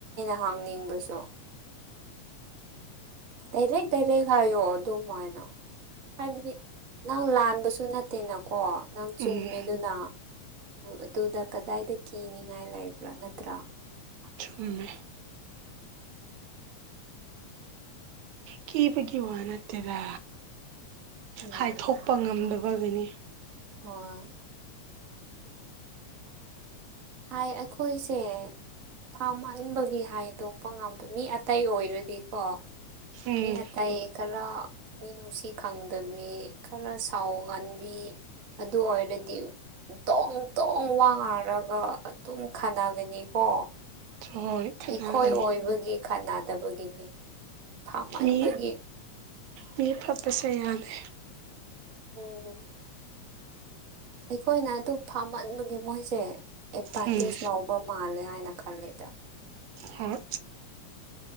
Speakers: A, on the right; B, on the right.
A: ꯍꯥꯡꯅꯤꯡꯕꯁꯨ ꯗꯥꯏꯔꯦꯛ ꯗꯥꯏꯔꯦꯛ ꯍꯥꯏꯌꯣ ꯑꯗꯨ ꯍꯥꯏꯅ ꯍꯥꯏꯕꯗꯤ ꯅꯪ ꯂꯥꯟꯕꯁꯨ ꯅꯠꯇꯦꯅꯀꯣ ꯅꯪ ꯆꯨꯝꯃꯦꯗꯨꯅ
B: ꯎꯝ
A: ꯑꯗꯨꯗ ꯀꯗꯥꯏꯗ ꯀꯤꯅꯤꯉꯥꯏ ꯂꯩꯕ꯭ꯔꯥ ꯅꯠꯇ꯭ꯔꯥ
B: ꯆꯨꯝꯃꯦ ꯀꯤꯕꯒꯤ ꯋꯥ ꯅꯠꯇꯦꯗ
A: ꯎꯝ
B: ꯍꯥꯏꯊꯣꯛꯄ ꯉꯝꯗꯕ ꯒꯅꯤ <inaudible>
A: ꯍꯣꯏ ꯍꯥꯏ ꯑꯩꯈꯣꯏꯁꯦ ꯐꯥꯝꯍꯟꯕꯒꯤ ꯍꯥꯏꯗꯣꯛꯄ ꯉꯝꯗꯣꯏ ꯃꯤ ꯑꯇꯩ ꯑꯣꯏꯔꯗꯤꯀꯣ
B: ꯎꯝ
A: ꯌꯦ ꯑ ꯇꯌꯦ ꯈꯔ ꯃꯤꯅꯨꯡꯁꯤ ꯈꯪꯗꯕꯤ ꯈꯔ ꯁꯥꯎ ꯉꯟꯕꯤ ꯑꯗꯨ ꯑꯣꯏꯔ ꯗꯤ ꯇꯣꯡ ꯇꯣꯡ ꯋꯥꯡꯉꯔꯒ ꯑꯗꯨꯝ ꯈꯥꯟꯅꯒꯅꯤꯀꯣ
B: ꯍꯣꯏ ꯈꯠꯅꯒꯅꯤ
A: ꯑꯩꯈꯣꯏ ꯑꯣꯏꯕꯒꯤ ꯈꯥꯟꯅꯗꯕꯒꯤꯅꯦ ꯊꯃꯟꯕꯒꯤ
B: ꯃꯤ ꯃꯤ ꯄꯄꯌꯥꯗꯦ
A: ꯎꯝ ꯑꯩꯈꯣꯏꯅ ꯑꯗꯨꯝ ꯐꯥꯝꯃꯟꯕꯒꯤ ꯃꯣꯏꯁꯦ ꯑꯦꯠꯚꯥꯟꯇꯦꯖ
B: ꯎꯝ
A: ꯂꯧꯕ ꯃꯥꯜꯂꯦ ꯍꯥꯏꯅ ꯈꯜꯂꯦꯗ
B: ꯍꯣꯏ